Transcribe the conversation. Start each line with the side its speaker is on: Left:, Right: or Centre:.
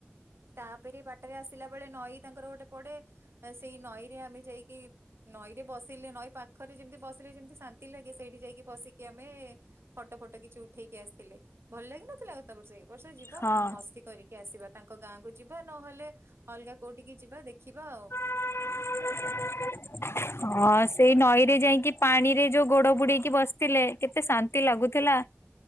Right: ତାପେରେ ବାଟେରେ ଆସିଲା ବେଳେ ନଈ ତାଙ୍କର ଗୋଟେ ପଡେ। ସେଇ ନଈରେ ଆମେ ଯାଇକି ନଈରେ ବସିଲେ ନଈ ପାଖରେ ଯେମିତି ବସିଲେ ଯେମିତି ଶାନ୍ତି ଲାଗେ ସେଇଠି ଯାଇକି ବସିକି ଆମେ ଫଟ ଫଟ କିଛି ଉଠେଇକି ଆସିଥିଲେ ଭଲ ଲାଗିନଥିଲା ଗତ ବର୍ଷ ଏଇ ବର୍ଷ ବା
Left: ହଁ।
Right: ମସ୍ତି କରିକି ଆସିବା ତାଙ୍କ ଗାଁକୁ ଯିବା ନହେଲେ ଅଲଗା କୋଉଠିକି ଯିବା ଦେଖିବା ଆଉ।
Left: <inaudible> ହଁ ସେଇ ନଈରେ ଯାଇକି ପାଣିରେ ଯୋଉ ଗୋଡ ବୁଡେଇକି ବସିଥିଲେ କେତେ ଶାନ୍ତି ଲାଗୁଥିଲା।